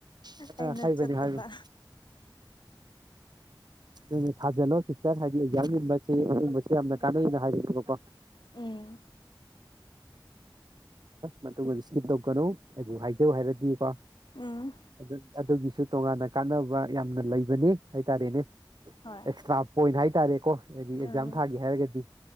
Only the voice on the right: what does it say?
ꯑ
ꯍꯥꯏꯕꯅꯤ
ꯍꯥꯏꯕꯅꯤ ꯑꯗꯨ ꯊꯥꯖꯜꯂꯣ ꯁꯤꯁꯇꯔ ꯍꯥꯏꯗꯤ ꯑꯦꯛꯖꯥꯝ ꯌꯨꯝꯕꯁꯦ ꯑꯗꯨꯒꯨꯝꯝꯕꯁꯨ ꯌꯥꯝꯅ ꯀꯥꯟꯅꯩꯅ ꯍꯥꯏꯕꯕꯀꯣ
ꯃꯇꯨꯡꯗ ꯏꯁꯀꯤꯞ ꯇꯧꯒꯅꯨ ꯑꯩꯕꯨ ꯍꯥꯏꯖꯧ ꯍꯥꯏꯔꯗꯤꯀꯣ
ꯑꯗꯨ ꯑꯗꯨꯒꯤꯁꯨ ꯇꯣꯉꯥꯟꯅ ꯀꯥꯟꯅꯕ ꯌꯥꯝꯅ ꯂꯩꯕꯅꯤ ꯍꯥꯏꯇꯥꯔꯦꯅꯦ
ꯑꯦꯛꯁꯇ꯭ꯔꯥ ꯄꯣꯏꯟ ꯍꯥꯏꯇꯥꯔꯦꯀꯣ ꯍꯥꯏꯗꯤ
ꯑꯦꯛꯖꯥꯝ ꯊꯥꯒꯦ ꯍꯥꯏꯔꯒꯗꯤ